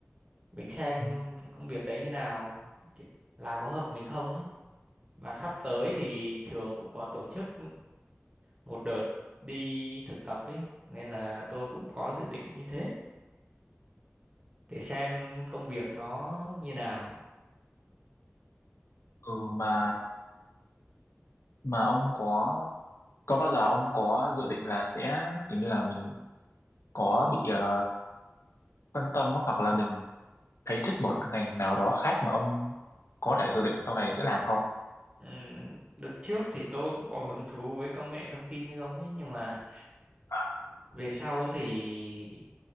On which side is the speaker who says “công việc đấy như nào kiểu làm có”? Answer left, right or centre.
Right